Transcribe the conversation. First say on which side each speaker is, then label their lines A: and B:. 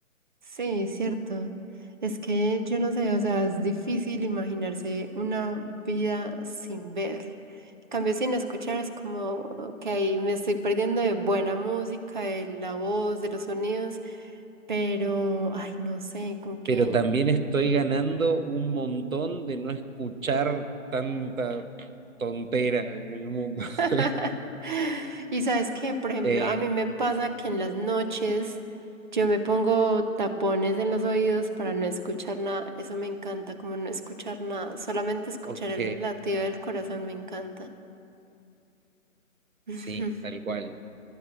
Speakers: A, on the right (about 35°); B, on the right (about 70°).
A: Sí, cierto. Es que yo no sé, o sea, es difícil imaginarse una vida sin ver. En cambio, sin escuchar es como que ahí me estoy perdiendo de buena música, de la voz, de los sonidos, pero, ay, no sé, como que...
B: Pero también estoy ganando un montón de no escuchar tanta tontera en el mundo.
A: <laughs>
B: <laughs>
A: Y sabes que, por ejemplo,
B: Eh,
A: a mí me pasa que en las noches yo me pongo tapones en los oídos para no escuchar nada. Eso me encanta, como no escuchar nada. Solamente escuchar
B: ok,
A: el latido del corazón me encanta. <laughs>
B: sí, tal cual.